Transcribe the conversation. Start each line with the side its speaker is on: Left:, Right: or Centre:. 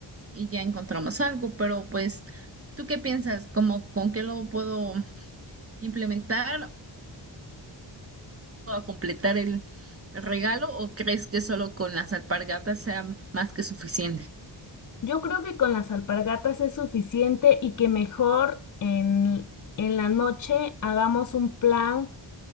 Right: y ya encontramos algo, pero pues, ¿tú qué piensas? ¿Cómo con qué lo puedo implementar? a completar el regalo o crees que solo con las alpargatas sea más que suficiente?
Left: Yo creo que con las alpargatas es suficiente y que mejor en, en la noche hagamos un plan,